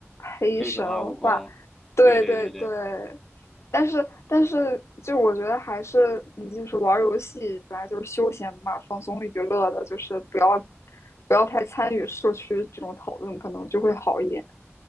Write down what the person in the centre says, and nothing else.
黑神话：悟空，
对对对对，